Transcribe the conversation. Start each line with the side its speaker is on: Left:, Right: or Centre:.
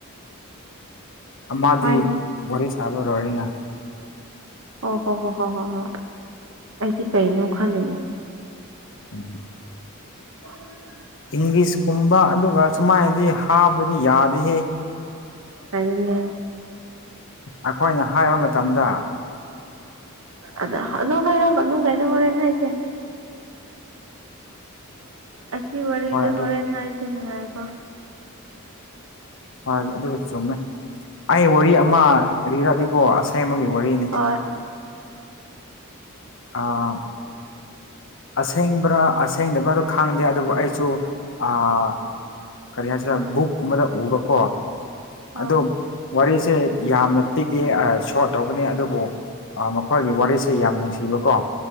Left: ꯑꯃꯗꯤ
Right: ꯍꯥꯏꯒꯦ
Left: ꯋꯥꯔꯤ ꯁꯥꯕ ꯂ‌ꯣꯏꯌ‌ꯦꯅ
Right: ꯑꯣ ꯍꯣ ꯍꯣ ꯍꯣ ꯍꯣ ꯍꯣꯏ ꯑꯩꯗꯤ ꯀꯩꯅꯣ ꯈꯜꯂꯤꯅꯦ
Left: <unintelligible>
Right: <unintelligible>
Left: ꯏꯪꯂꯤꯁꯀꯨꯝꯕ ꯑꯗꯨꯒ ꯁꯨꯃꯥꯏꯅꯗꯤ ꯍꯥꯞꯄꯗꯤ ꯌꯥꯗꯦꯍꯦ
Right: ꯑꯗꯨꯅꯦ
Left: ꯑꯩꯈꯣꯏꯅ ꯍꯥꯏꯕ ꯃꯇꯝꯗ
Right: ꯑꯗ ꯍꯅ ꯍꯥꯏꯔꯛꯀꯅꯣ ꯀꯩꯅꯣ ꯍꯣꯔꯦꯟ ꯍꯥꯏꯁꯦ ꯁꯤ ꯋꯥꯔꯤꯗꯤ
Left: ꯍꯣꯏ ꯑꯗꯨ
Right: ꯍꯣꯔꯦꯟ ꯍꯥꯏꯁꯦ ꯉꯥꯏꯈꯣ
Left: ꯍ ꯑꯗꯨ ꯆꯨꯝꯃꯦ ꯑꯩ ꯋꯥꯔꯤ ꯑꯃ ꯂꯤꯔꯛꯒꯦꯀꯣ ꯑꯁꯦꯡꯕꯒꯤ ꯋꯥꯔꯤꯅꯤ
Right: ꯍꯣꯏ
Left: ꯑ ꯑꯁꯦꯡꯕ꯭ꯔꯥ ꯑꯁꯦꯡꯗꯕ꯭ꯔꯥ ꯈꯪꯗꯦ ꯑꯗꯨꯕꯨ ꯑꯩꯁꯨ ꯑꯥ ꯀꯔꯤ ꯍꯥꯏꯁꯤꯔ ꯕꯨꯛ ꯀꯨꯝꯕꯗ ꯎꯕꯀꯣ
Right: ꯍꯣꯏ
Left: ꯑꯗꯨꯝ ꯋꯥꯔꯤꯁꯦ ꯌꯥꯝꯅ ꯄꯤꯛꯏ ꯑꯥ ꯁꯣꯔꯠ ꯇꯧꯕꯅꯤ ꯑꯗꯨꯕꯨ ꯃꯈꯣꯏꯒꯤ ꯋꯥꯔꯤꯁꯦ ꯌꯥꯝ ꯅꯨꯡꯁꯤꯕꯀꯣ